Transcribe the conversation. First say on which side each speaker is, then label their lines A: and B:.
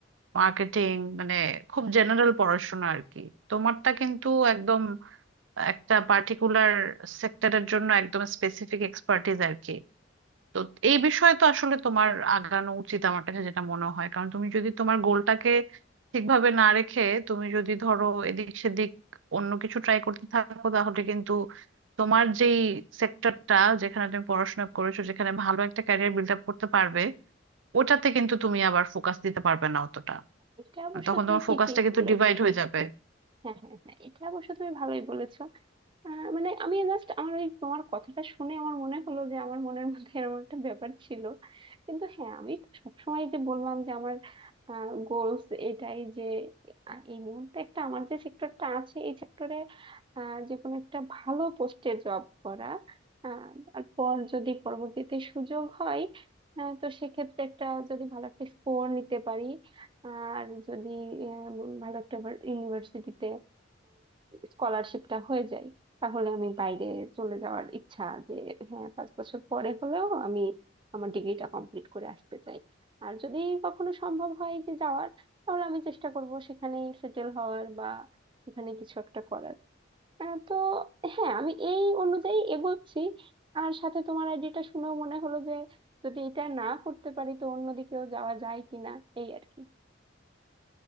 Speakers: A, on the right; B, on the right.
A: মার্কেটিং মানে খুব জেনারেল পড়াশোনা আর কি তোমারটা কিন্তু একদম একটা পার্টিকুলার সেক্টরের জন্য একদম স্পেসিফিক এক্সপার্টিস আর কি তো এই বিষয়ে তো আসলে তোমার আগানো উচিত আমার কাছে যেটা মনে হয় কারণ তুমি যদি তোমার গোলটাকে ঠিকভাবে না রেখে তুমি যদি ধরো এদিক সেদিক অন্য কিছু ট্রাই করতে থাকো তাহলে কিন্তু তোমার যেই সেক্টরটা যেখানে তুমি পড়াশোনা করেছো যেখানে ভালো একটা ক্যারিয়ার বিল্ড আপ করতে পারবে ওটাতে কিন্তু তুমি আবার ফোকাস দিতে পারবে না অতটা
B: এটা অবশ্য
A: মানে তখন
B: তুমি
A: তোমার
B: ঠিকই
A: ফোকাসটা কিন্তু
B: বললে
A: ডিভাইড হয়ে যাবে
B: হ্যাঁ হ্যাঁ হ্যাঁ এটা অবশ্য তুমি ভালোই বলেছো আহ, মানে আমি জাস্ট আমার ওই তোমার কথাটা শুনে আমার মনে হলো যে আমার মনের মধ্যে <laughs> এরকম একটা ব্যাপার ছিল কিন্তু হ্যাঁ আমি তো সবসময় যে বললাম যে আমার গোলস এটাই যে আহ, এই মুহূর্তে একটা আমার যে সেক্টরটা আছে এই সেক্টরে যে কোনো একটা ভালো পোস্টে জব করা আহ, আর পর যদি পরবর্তীতে সুযোগ হয় আহ, তো সেক্ষেত্রে একটা যদি ভালো একটা স্কোর নিতে পারি আর যদি আহ, উম, ভালো একটা ইউনিভার্সিটিতে স্কলারশিপটা হয়ে যায় তাহলে আমি বাইরে চলে যাওয়ার ইচ্ছা যে হ্যাঁ পাঁচ বছর পরে হলেও আমি আমার ডিগ্রিটা কমপ্লিট করে আসতে চাই আর যদি কখনো সম্ভব হয় যে যাওয়ার তাহলে আমি চেষ্টা করব সেখানেই সেটেল হওয়ার বা সেখানে কিছু একটা করার আহ, তো হ্যাঁ আমি এই অনুযায়ী এগোচ্ছি আর সাথে তোমার আইডিটা শুনেও মনে হলো যে যদি এটা না করতে পারি তো অন্যদিকেও যাওয়া যায় কিনা এই আর কি